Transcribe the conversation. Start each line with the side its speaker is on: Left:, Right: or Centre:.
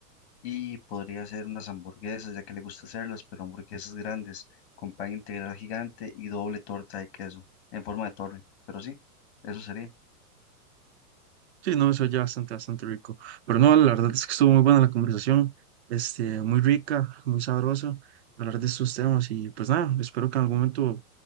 Left: y podría hacer unas hamburguesas, ya que le gusta hacerlas, pero hamburguesas grandes con pan integral gigante y doble torta de queso en forma de torre. Pero sí, eso sería.
Right: Sí, no, eso ya bastante, bastante rico. Pero no, la verdad es que estuvo muy buena la conversación, este, muy rica, muy sabrosa, hablar de estos temas y pues nada, espero que en algún momento